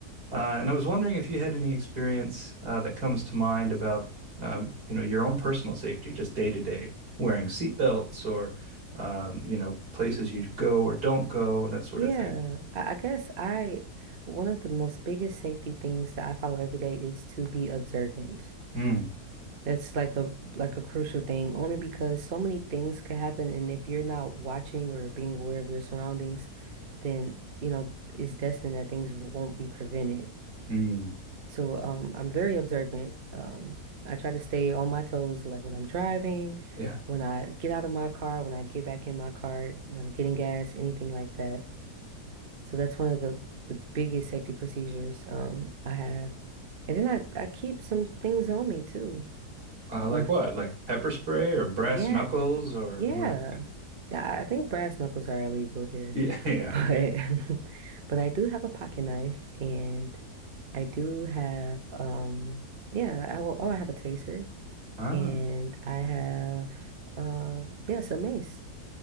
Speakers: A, on the right; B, on the right.
A: Uh, and I was wondering if you had any experience uh, that comes to mind about um, you know your own personal safety, just day to day, wearing seat belts or um, you know places you go or don't go and that sort
B: Yeah,
A: of thing.
B: I I guess I, one of the most biggest safety things that I follow every day is to be observant.
A: Mm,
B: That's like a like a crucial thing, only because so many things can happen, and if you're not watching or being aware of your surroundings, then you know it's destined that things won't be prevented.
A: mm.
B: So um, I'm very observant. Um, I try to stay on my toes, like when I'm driving,
A: Yeah.
B: when I get out of my car, when I get back in my car, when I'm getting gas, anything like that. So that's one of the the biggest safety procedures um I have. And then I I keep some things on me too.
A: Uh,
B: <laughs>
A: like what? Like pepper spray or brass
B: Yeah,
A: knuckles or
B: yeah.
A: what?
B: Yeah, I I think brass knuckles are illegal here,
A: Yeah, <laughs> yeah,
B: but
A: okay.
B: <laughs> but I do have a pocket knife and I do have um yeah, I will, oh I have a taser
A: Ah.
B: and I have um yeah, some mace.